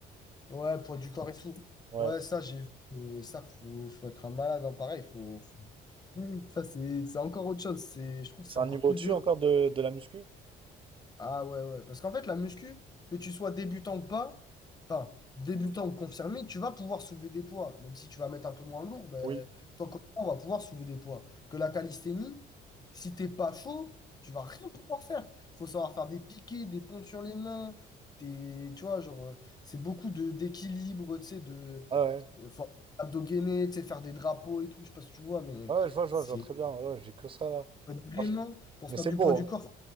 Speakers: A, on the left (about 25°); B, on the right (about 30°).
A: ouais, poids du corps et tout.
B: Ouais.
A: Ouais, ça, j'ai vu. Mais ça, faut, faut être un malade, hein, pareil. Faut, faut- Mm. Ça, c'est c'est encore autre chose. C'est, je trouve que
B: C'est
A: c'est encore
B: un niveau
A: plus
B: au-dessus
A: dur.
B: encore de, de la muscu?
A: Ah ouais, ouais. Parce qu'en fait, la muscu, que tu sois débutant ou pas, enfin, débutant ou confirmé, tu vas pouvoir soulever des poids. Même si tu vas mettre un peu moins lourd, ben,
B: Oui.
A: tant qu'on on va pouvoir soulever des poids. Que la calisthénie, si t'es pas chaud, tu vas rien pouvoir faire. Faut savoir faire des piquets, des pompes sur les mains, des, tu vois, genre, euh, c'est beaucoup de d'équilibre, tu sais, de,
B: Ah ouais.
A: euh, faut abdos gainés, tu sais, faire des drapeaux et tout, je sais pas si tu vois, mais
B: Ouais, je vois, je
A: c'est
B: vois, je vois très bien. Ouais, ouais, j'ai que ça là.
A: vraiment,
B: Franchement,
A: pour
B: Mais
A: faire
B: c'est
A: du
B: beau,
A: poids du corps,